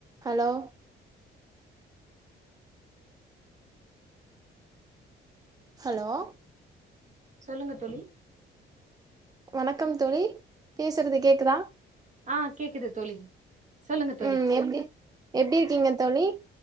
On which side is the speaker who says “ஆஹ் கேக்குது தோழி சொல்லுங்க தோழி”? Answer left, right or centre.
Right